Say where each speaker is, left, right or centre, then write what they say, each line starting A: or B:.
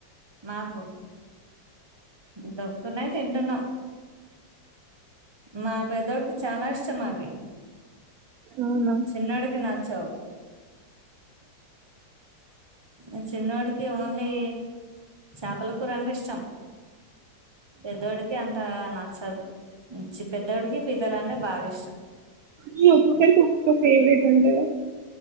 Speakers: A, on the right (about 15°); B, on the right (about 70°).
A: నాకు దొరుకుతున్నాయ్ తింటున్నాం మా పేదోకి చాలా ఇష్టం అవి
B: అవునా
A: చిన్నోడికి నాచావు అ చిన్నోడికి ఓన్లీ చేపల కూర అంటే ఇష్టం పెద్దోడికి అంత నచ్చదు పెద్దోడికి పీతలు అంటే బాగా ఇష్టం
B: ఇగ ఒక్కొక్కరికి ఒక్క ఫెవరెట్ ఉంటది గదా